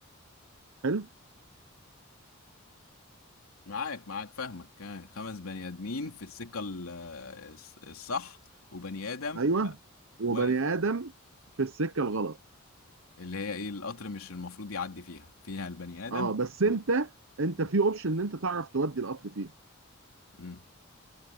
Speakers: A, on the right; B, on the left.
A: حلو
B: معاك معاك فاهمك آه، خمس بني ادمين في السكة ال- آه، الص- الصح وبني ادم
A: ايوه وبني
B: واقف
A: ادم في السكه الغلط
B: اللي هي ايه القطر مش المفروض يعدي فيها فيها البني ادم
A: اه بس
B: و...
A: انت انت
B: مم.
A: في اوبشن ان انت تعرف تودي القطر فيها
B: مم.